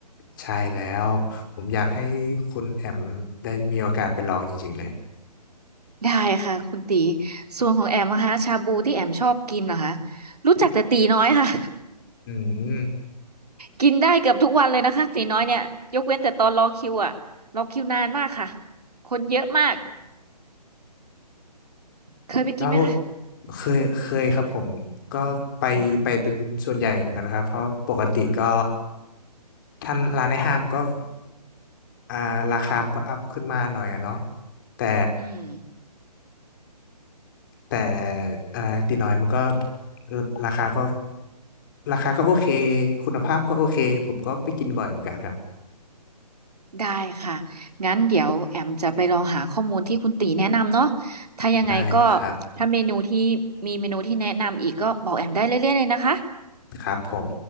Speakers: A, on the left; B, on the right.
A: ใช่แล้วผมอยากให้คุณแอมได้มีโอกาสไปลองจริงๆเลย
B: ได้ค่ะคุณตีส่วนของแอมนะคะชาบูที่แอมชอบกินเหรอคะรู้จักแต่ตีน้อยค่ะ
A: อืม
B: กินได้เกือบทุกวันเลยนะคะตีน้อยเนี่ยยกเว้นแต่ตอนรอคิวอะรอคิวนานมากค่ะคนเยอะมากเคยไปกินไหมคะ
A: แล้วเคยเคยครับผมก็ไปไปเป็นส่วนใหญ่เหมือนกันนะครับเพราะปกติก็
B: อืมอืม
A: ท่านร้านในห้างก็อ่าราคามันก็อัพขึ้นมาหน่อยอะเนาะแต่
B: อืม
A: แต่อ่าตีน้อยมันก็ราคาก็ราคาก็โอเคคุณภาพก็โอเคผมก็ไปกินบ่อยเหมือนกันครับ
B: ได้ค่ะงั้นเดี๋ยวแอมจะไปลองหาข้อมูลที่คุณตีแนะนำเนาะถ้ายังไงก็
A: ได้เลยครับ
B: ถ้าเมนูที่มีเมนูที่แนะนำอีกก็บอกแอมได้เรื่อยๆเลยนะคะ
A: ครับผม